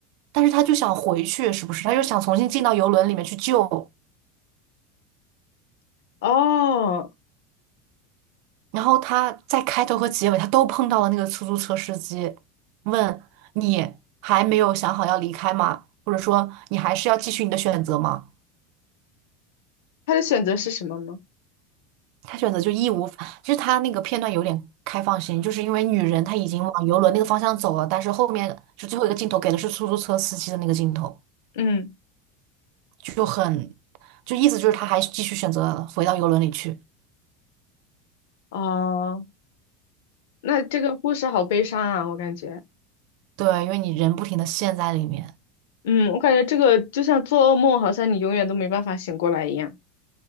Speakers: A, on the right; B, on the left.
A: 但是他就想回去，是不是？他又想重新进到游轮里面去救。
B: 哦，
A: 然后他在开头和结尾，他都碰到了那个出租车司机，问你还没有想好要离开吗？或者说你还是要继续你的选择吗？
B: 他的选择是什么吗？
A: 他选择就义无反，就是他那个片段有点开放性，就是因为女人她已经往游轮那个方向走了，但是后面就最后一个镜头给的是出租车司机的那个镜头，
B: 嗯，
A: 就很，就意思就是他还继续选择回到游轮里去，
B: 哦，那这个故事好悲伤啊，我感觉。
A: 对，因为你人不停的陷在里面。
B: 嗯，我感觉这个就像做噩梦，好像你永远都没办法醒过来一样。